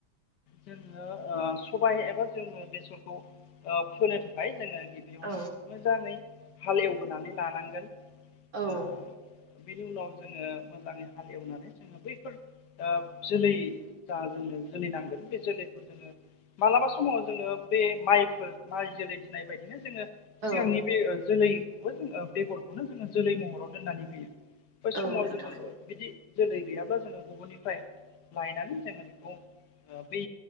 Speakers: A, on the left; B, on the right.
A: जोङो ओ सबाय एबा जोङो बेसरखौ ओ फोनो थाखाय जोङो गिबियावनो
B: औ
A: मोजाङै हालेवबोनानै लानांगोन
B: औ।
A: ओ बेनि उनाव जोङो मोजाङै हालेवनानै जोङो बैफोर ओ जोलै जा जोङो जोलिनांगोन बे जोलैखौ जोङो मालाबा समाव जोङो बे माइफोर माइ जोलै दोननाय बायदिनो जोङो सिगांनि
B: औ
A: बे ओ जोलैखौबो जों बेगरखौनो जोङो जोलै महराव दोननानै होयो। बै
B: औ
A: समाव
B: नोंथां
A: जोङो बिदि जोलै गैयाब्ला जोङो गुबुननिफ्राय लायनानै जोङो बेखौ बै